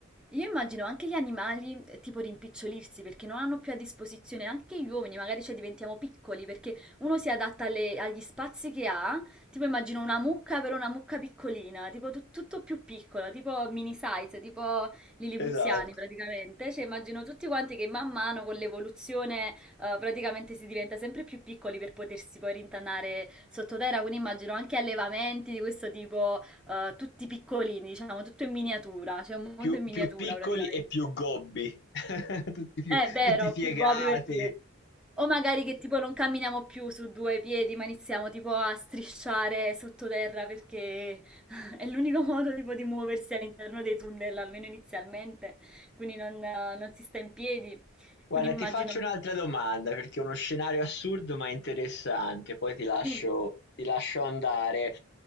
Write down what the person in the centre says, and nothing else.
Io immagino anche gli animali eh, tipo rimpicciolirsi perché non hanno più a disposizione anche gli uomini, magari cioè diventiamo piccoli perché uno si adatta alle- agli spazi che ha, tipo immagino una mucca però una mucca piccolina, tipo tu- tutto più piccola, tipo mini size, tipo lilipuziani
praticamente, cioè immagino tutti quanti che man mano con l'evoluzione eh, praticamente si diventa sempre più piccoli per potersi poi rintanare sottoterra, quindi immagino anche allevamenti di questo tipo eh, tutti piccolini, diciamo, tutto in miniatura, c'è un
mondo in miniatura
praticamente.
È vero,
più gobi perché... O magari che tipo non camminiamo più su due piedi, ma iniziamo tipo a strisciare sottoterra perché <laughs> è l'unico modo tipo di muoversi all'interno dei tunnel, almeno inizialmente, quindi non, eh, non si sta in piedi.
Quindi immagino...
Sì.